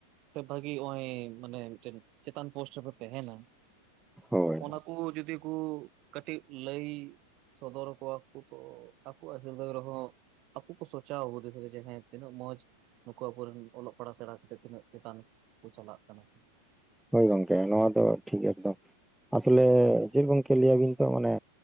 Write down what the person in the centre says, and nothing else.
ᱦᱳᱭ
ᱦᱳᱭ ᱜᱚᱝᱠᱮ ᱱᱚᱣᱟ ᱫᱚ ᱴᱷᱤᱠ ᱮᱠᱫᱚᱢ ᱟᱥᱚᱞᱮᱼᱼ
ᱪᱮᱫ ᱜᱚᱝᱠᱮ ᱞᱟᱹᱭᱟᱵᱤᱱ ᱛᱚ ᱢᱟᱱᱮ